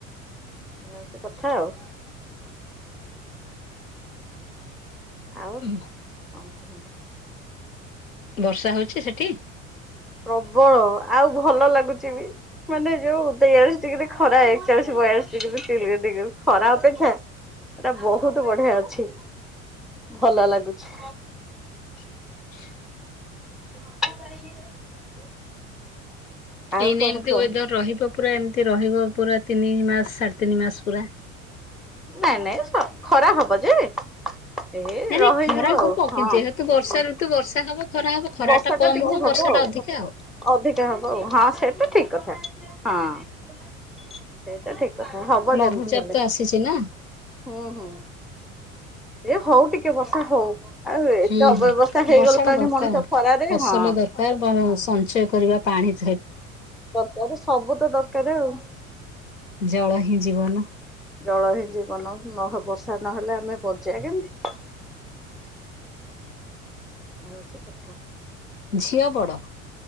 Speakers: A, in the centre; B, on the left.
A: ଏଇ ଭାଲିଆ କଥା ଆଉ। ଆଉ
B: ହୁଁ
A: କଣ କୁହନ୍ତୁ?
B: ବର୍ଷା ହଉଛି ସେଠି?
A: ପ୍ରବଳ ଆଉ ଭଲ ଲାଗୁଛି ବି, ମାନେ ଯୋଉ ତେଇଆଳିସି ଡିଗ୍ରି ଖରା ଏକଚାଳିଶ ବୟାଳି ଏକ୍ଚାଳିସି ଡିଗିରି ରୁ ତିରିଶି ଡିଗିରି ଖରା ଅପେକ୍ଷା ଏଟା ବହୁତ ବଢିଆ ଅଛି। ଭଲ ଲାଗୁଛି।
B: <inaudible>
A: <inaudible> ଆଉ
B: ଏଇନେ
A: କଣ
B: ନା ଏମିତି
A: କୁହନ୍ତୁ।
B: ୱେଦର ରହିବ। ପୁରା ଏମିତି ରହିବ, ପୁରା ତିନି ମାସ ସାଢେ ତିନି ମାସ ପୁରା।
A: ନାଇଁ ନାଇଁ। ଖ-ଖରା ହବ ଯେ। ଏଇ
B: ନାଇଁ ନାଇଁ
A: ରହିଯିବ
B: ଖରା ହବ
A: ଆଉ। ହଁ।
B: ଯେହେତୁ ବର୍ଷା ଋତୁ ବର୍ଷା ହବ ଖରା ହବ ଖରା
A: ବର୍ଷାଟା
B: ଟା କମ
A: ଟିକେ ହବ
B: ବର୍ଷା
A: ଆଉ।
B: ଟା ଅଧିକା
A: ଅଧିକା ହବ ଆଉ। ହଁ ସେଟା ଠିକ୍ କଥା। ହଁ। ଠିକ ହବ
B: ଲଘୁଚାପ
A: ଯେମିତି ହେଲେ।
B: ତ ଆସିଛି ନା
A: ହୁଁ ହୁଁ। ଏ ହଉ ଟିକେ ଟିକେ ବର୍ଷା ହଉ। ଆଉ ଏତେ
B: ହୁଁ
A: ଅବ୍ୟବସ୍ଥା
B: ହୁଁ
A: ହେଇଗଲାଣି
B: ବର୍ଷା ଟା ଦରକାର
A: ମଣିଷ। ଖରାରେ
B: ଫସଲ
A: ହଁ।
B: ଦରକାର ସଞ୍ଚୟ କରିବା ପାଣି ଦ
A: ଦରକାର ସବୁ ତ ଦରକାର ଆଉ।
B: ଜଳ ହିଁ ଜୀବନ।
A: ଜଳ ହିଁ ଜୀବନ, ନ ହ ବର୍ଷା ନହେଲେ ଆମେ ବଞ୍ଚିବା କେମିତି। ଆଉ ହଉଚି କଥା।
B: ଝିଅ ବଡ।